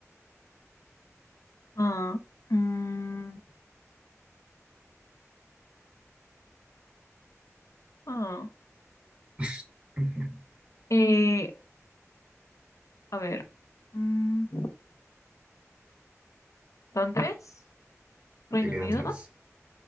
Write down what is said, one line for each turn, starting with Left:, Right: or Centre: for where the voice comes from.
Left: Ah, mm, ah,
Right: <laughs>
Left: eh, a ver, mm, ¿Londres? ¿Reino
Right: Te quedan
Left: Unido?
Right: tres.